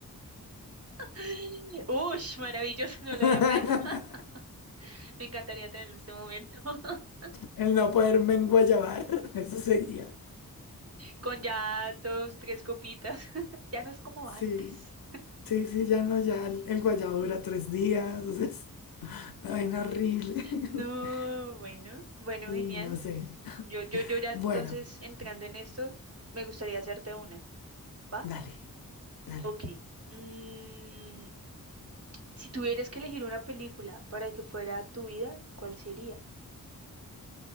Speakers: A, on the right; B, on the left.
A: <gasps> <laughs> Ush, maravilloso, no
B: <laughs>
A: lo había pensado. <laughs> Me encantaría tener este momento. <laughs>
B: El no poderme enguayabar, eso sería.
A: Con ya dos, tres copitas. <laughs> Ya no es como
B: Sí,
A: antes.
B: sí, sí, ya no, ya el, el guayabo dura tres días, o sea, es una vaina horrible. <laughs>
A: No, bueno, bueno,
B: Sí,
A: genial.
B: no sé.
A: Yo, yo, yo ya
B: Bueno,
A: entonces entrando en esto, me gustaría hacerte una, ¿va?
B: dale, dale.
A: Ok. Mm, si tuvieras que elegir una película para que fuera tu vida, ¿cuál sería?